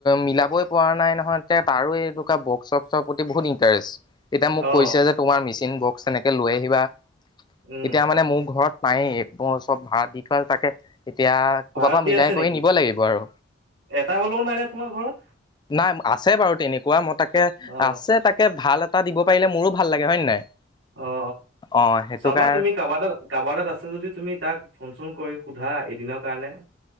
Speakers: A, on the left (about 25°); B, on the right (about 75°).
A: মিলাবই পৰা নাই নহয়, তে তাৰো এনেকুৱা বক্স-চক্সৰ প্ৰতি বহুত ইণ্টাৰেষ্ট। তেতিয়া মোক
B: অ',
A: কৈছে যে, তোমাৰ মিচিন বক্স এনেকে লৈ আহিবা।
B: উম
A: এতিয়া মানে মোৰ ঘৰত নায়েই এবোৰ চব ভাড়া দি থোৱা তাকে এতিয়া ক'ৰবাৰ
B: ভাড়াত
A: পৰা
B: দি
A: মিলাই
B: আছে
A: কৰি
B: নেকি?
A: নিব লাগিব আৰু
B: এটা হলেও নাই নে তোমাৰ ঘৰত?
A: নাই আছে বাৰু তেনেকুৱা মই তাকে
B: অ
A: আছে তাকে ভাল এ টা দিব পাৰিলে মোৰো ভাল লাগে হয় নাই?
B: অ,
A: অ সেইটো
B: চাবা
A: কাৰ
B: তুমি কাৰবা তাল কাবাতাত আছে যদি তুমি তাক ফোন - চোন কৰি সোধা এদিনৰ কাৰণে